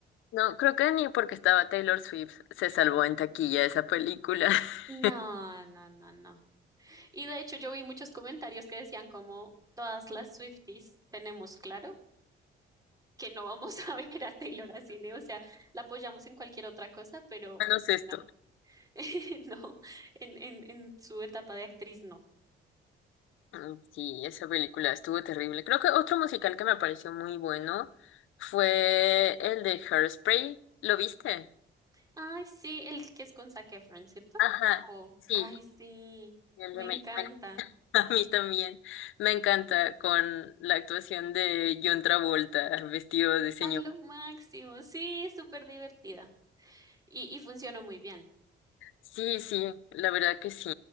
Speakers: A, on the left (about 80°); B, on the right (about 20°).
A: No, creo que ni porque estaba Taylor Swift se salvó en taquilla esa película. <laughs>
B: No, no, no, no. Y de hecho yo vi muchos comentarios que decían como todas las Swifties tenemos claro que no vamos <laughs> a ver a Taylor a cine, o sea, la apoyamos en cualquier otra cosa, pero
A: No es esto.
B: no, <laughs> no, en, en, en su etapa de actriz no.
A: Mm, Sí, esa película estuvo terrible. Creo que otro musical que me pareció muy bueno fue el de Hairspray. ¿Lo viste?
B: Ay, sí, el que es con Zac Efron, ¿cierto?
A: Ajá,
B: Oh,
A: sí.
B: ay, sí,
A: el
B: me
A: de bueno,
B: encanta.
A: <laughs> a mí también. Me encanta con la actuación de John Travolta vestido de señor.
B: Ay, lo máximo, sí, es súper divertida. Y, y funcionó muy bien.
A: Sí, sí, la verdad que sí.